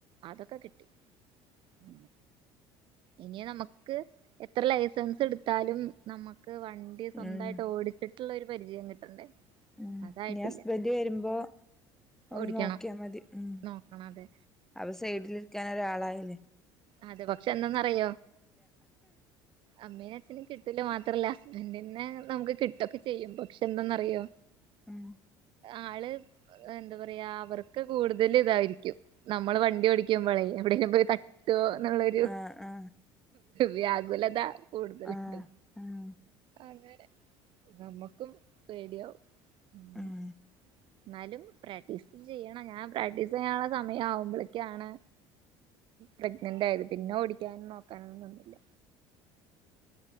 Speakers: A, on the right; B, in the centre.
A: അതൊക്കെ കിട്ടി ഉം ഇനി നമുക്ക് എത്ര ലൈസൻസ് എടുത്താലും നമ ക്ക് വണ്ടി സ്വന്തായിട്ട്
B: ഉം
A: ഓടിച്ചിട്ട് ഒരു പരിചയം കിട്ടണ്ടേ
B: ഉം
A: അതായിട്ടില്ല
B: ഇനി ഹസ്ബന്റ് വരുമ്പോ ഒന്ന്
A: ഓടിക്കണം
B: നോക്കിയാ മതി ഉം
A: നോക്കണം അതെ
B: അപ്പ സൈഡിലിര്ക്കാ ഇങ്ങനൊരാളായിലേ.
A: അതെ പക്ഷെ എന്താന്നറിയോ അമ്മേനിം അച്ഛനിം കിട്ടൂല മാത്രല്ല <unintelligible> നമുക്ക് കിട്ടൊക്കെ ചെയ്യുമ്പം പക്ഷെ എന്തന്നറിയോ
B: ഉം
A: ആള് എന്താ പറയാ അവർക്ക് കൂടുതൽ ഇതായിരിക്കും നമ്മള് വണ്ടി ഓടിക്കുമ്പോളേ എവിടെങ്കിലും പോയി ട്ടുവോ എന്നുള്ളൊരു
B: ആ ആ
A: വ്യാഗുലത കൂടുതലുണ്ട്
B: ആ ഉം
A: അങ്ങനെ നമ്മക്കും പേടിയാവും അങ്ങനെ
B: ഉം
A: ന്നാലും പ്രാക്ടീസ് ചെയ്യണം ഞാൻ പ്രാക്ടീസ് ചെയ്യാനുള്ള സമയം ആവുമ്പ്ളിക്കാണ് പ്രഗ്നന്റ് ആയത്. പിന്നെ ഓടിക്കാനും നോക്കാനൊന്നും നിന്നില്ല.